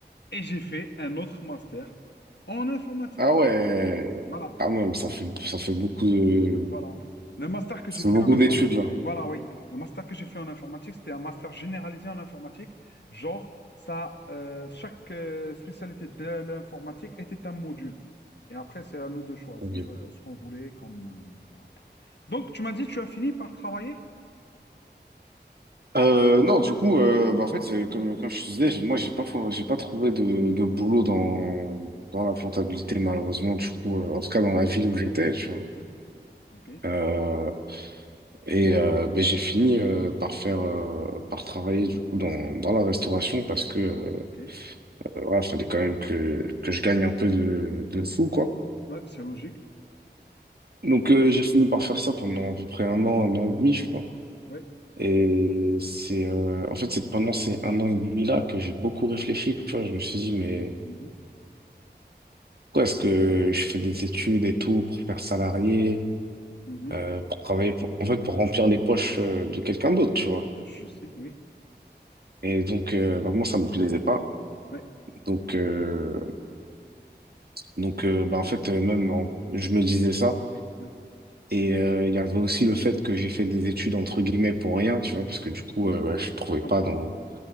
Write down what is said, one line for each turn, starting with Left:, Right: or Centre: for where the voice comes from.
Left: et j'ai fait un autre master en informatique.
Right: Ah ouais,
Left: Voilà,
Right: quand même, ça fait, ça fait beaucoup de...
Left: voilà. Le master que
Right: ça
Left: j'ai fait
Right: fait beaucoup
Left: en informatique.
Right: d'études, là.
Left: Voilà, oui. Le master que j'ai fait en informatique, c'était un master généralisé en informatique. Genre, ça, euh, chaque euh, spécialité de l'informatique était un module. Et après, c'est à nous de choisir
Right: Ok.
Left: euh, ce qu'on voulait comme. euh, voilà. Donc, tu m'as dit, tu as fini par travailler?
Right: Euh, non, du coup, euh, bah, en fait, euh, comme, comme je te disais, j'ai- moi, j'ai pas, fo- j'ai pas trouvé de, de boulot dans,
Left: Mhm,
Right: dans la comptabilité, malheureusement, du coup, euh, en tout cas dans la ville où j'étais, tu vois.
Left: mhm, mhm. Ok,
Right: Euh, et euh, ben, j'ai fini euh, par faire, euh, par travailler, du coup, dans, dans la restauration parce que, euh,
Left: ok.
Right: voilà, fallait quand même que, que je gagne un peu de, de sous, quoi.
Left: Ouais, c'est logique.
Right: Donc, euh, j'ai fini par faire ça pendant à peu près un an, un an et demi, je crois.
Left: Ouais.
Right: Et c'est, euh, en fait, c'est pendant ces un an et demi-là que j'ai beaucoup réfléchi. Tu vois, je me suis dit, mais
Left: Mhm,
Right: pourquoi est-ce que je fais des études et tout pour faire salarié,
Left: mhm.
Right: euh, pour travailler, pour- en fait, pour remplir les poches euh, de
Left: Dès
Right: quelqu'un
Left: que Je
Right: d'autre,
Left: peux le
Right: tu
Left: dire.
Right: vois.
Left: Je sais, oui.
Right: Et donc, euh, bah, moi, ça me plaisait pas.
Left: Ouais,
Right: Donc, euh, donc euh, bah, en fait, euh, même, en- je me disais ça.
Left: oui,
Right: Et euh, il y avait aussi le fait que j'ai fait des études, entre guillemets, pour rien, tu vois, parce que du coup, euh, ouais, je trouvais
Left: je comprends.
Right: pas dans